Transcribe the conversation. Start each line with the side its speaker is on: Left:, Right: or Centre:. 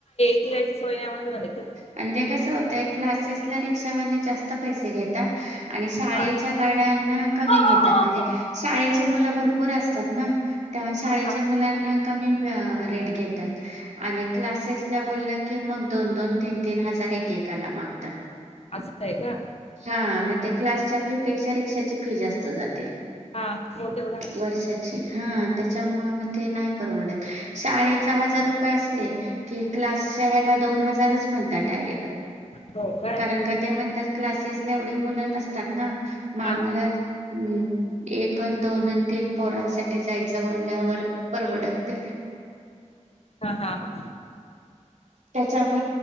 Left: ती कायच सोयन आ मामध्ये मू
Right: आणि त्या कस होतंय क्लासेसला रिक्षावाले जास्त पैसे घेतात आणि शाळेच्या
Left: हा.
Right: गाड्यांना कमी
Left: हा,
Right: घेतात म्हणजे शाळेचे मुलं भरपूर असतात ना त्यामुळे शाळेच्या
Left: हा.
Right: मुलांना के घ क्स बोल की म द दन त <unintelligible> तीन हजार एक एकाला मागतात
Left: असंय का
Right: हा मग ते क्लासच्या फी पेक्षा रिक्षाची फी जास्त जाते
Left: हा हो तेवढा आहे
Right: वर्षाची हा त्याच्यामुळे मग ते नाही परवडत शाळे हजार रुपये असले क क्ला ह डायरेक्
Left: हो काय
Right: कारण का ते म्हणतात क्लासेस ला एवढे मुलं नसतात ना मामलाच
Left: हां,
Right: हम् एक अ दोन अ तीन पोरांसाठी जायचं बोलल्यावर परवडत
Left: हा हा हा
Right: त्याच्यामु